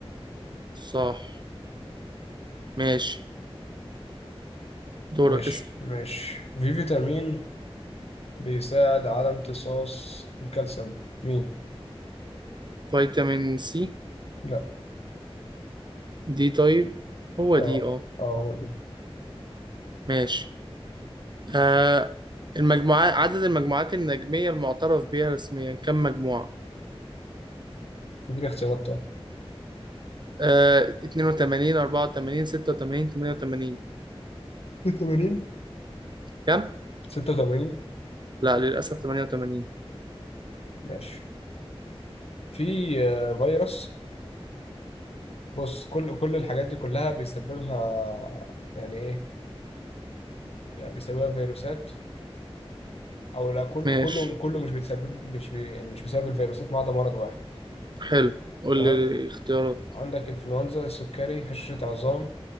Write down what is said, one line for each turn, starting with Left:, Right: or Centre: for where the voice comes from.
Right: صح ماشي دورك
Left: ماشي
Right: اسأل
Left: ماشي في فيتامين بيساعد على امتصاص الكالسيوم مين؟
Right: فيتامين سي
Left: لا
Right: دي طيب هو
Left: اه
Right: دي اه
Left: اه هو دي
Right: ماشي آه المجموعات عدد المجموعات النجمية المعترف بها رسميا كم مجموعة؟
Left: دي اختيارات طيب
Right: آه 82 84 86 88
Left: 86
Right: كم؟
Left: 86
Right: لا للأسف 88
Left: ماشي في آه، فيروس بص كل كل الحاجات دي كلها بيسببها يعني ايه يعني بيسببها فيروسات او لا كله
Right: ماشي
Left: كله كله مش بيتسبب مش بي يعني مش بسبب الفيروسات ما عدا مرض واحد
Right: حلو قول
Left: تمام
Right: لي الاختيارات
Left: عندك انفلونزا سكري هشاشة عظام